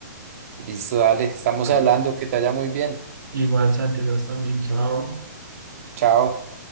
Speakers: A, on the right (about 50°); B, on the right (about 85°).
A: Listo, dale, estamos
B: ah,
A: hablando, que te vaya muy bien.
B: igual Santi, Dios también, chao.
A: Chao.